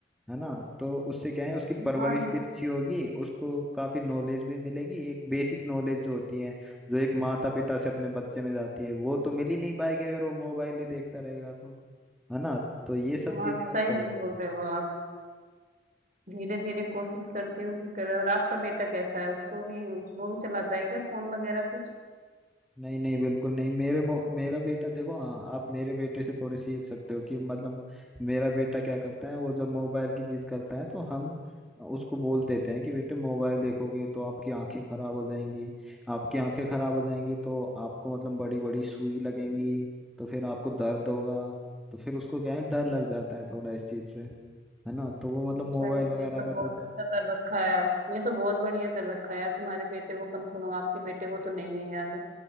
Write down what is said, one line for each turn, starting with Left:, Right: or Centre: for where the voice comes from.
Centre: है ना तो उससे क्या है उसकी परवरिश
Right: हाँ ये
Centre: भी अच्छी होगी उसको काफी नॉलेज भी मिलेगी एक बेसिक नॉलेज जो होती है जो एक माता पिता से अपने बच्चे में जाती है वो तो मिल ही नहीं पाएगी अगर वो मोबाइल ही देखता रहेगा तो है ना तो ये सब
Right: हाँ
Centre: चीजें आप
Right: सही
Centre: करो
Right: बोल
Centre: करो।
Right: रहे हो आप धीरे धीरे कोशिश करती हूँ कि करे और आपका बेटा कैसा है उसको भी उस- वो भी चलाता है क्या फोन वगैरह कुछ
Centre: नहीं नहीं बिल्कुल नहीं मेरे मो, मेरा बेटा देखो हाँ आप मेरे बेटे से थोड़े सीख सकते हो कि मतलब मेरा बेटा क्या करता है वो जब मोबाइल की जिद करता है तो हम उसको बोल देते हैं कि बेटे मोबाइल देखोगे तो आपकी आंखें खराब हो जाएंगी आपकी आंखें खराब हो जाएंगी तो आपको मतलब बड़ी बड़ी सुई लगेंगी तो फिर आपको दर्द होगा तो फिर उसको क्या है डर लग जाता है थोड़ा इस चीज से है ना तो वो मतलब
Right: अच्छा
Centre: मोबाइल
Right: ये तो,
Centre: वगैरह
Right: ये तो
Centre: का
Right: बहुत
Centre: तो
Right: अच्छा कर रखा है ये तो बहुत बढ़िया कर रखा है यार तुम्हारे बेटे को कम से कम आपके बेटे को तो नहीं है ये आदत